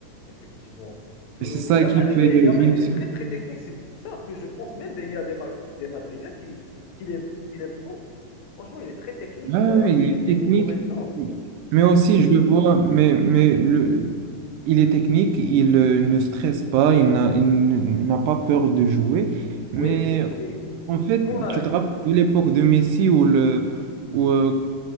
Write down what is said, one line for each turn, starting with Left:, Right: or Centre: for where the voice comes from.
Left: effectivement. Sou-
Right: Et c'est
Left: euh,
Right: ça
Left: Yamal,
Right: qui fait
Left: il est,
Right: euh,
Left: Yamal,
Right: Vinicius.
Left: il est très, très technique. C'est pour ça que je pense même qu'il y a des, Ma- des Madridiens qui, qui l'aiment qui l'aiment trop. Franchement, il est très technique,
Right: Ouais,
Left: il
Right: ouais,
Left: est
Right: ouais,
Left: rapide
Right: il est
Left: et technique
Right: technique,
Left: en même temps.
Right: mais mais
Left: Ainsi
Right: aussi,
Left: que,
Right: je le vois, mais, mais le, il est technique, il euh, ne stresse pas, il n'a, il n- n'a pas peur de jouer. Mais
Left: oui, oui.
Right: En fait,
Left: C'est comme un,
Right: tu te rappelles de l'époque de Messi où le, où, euh,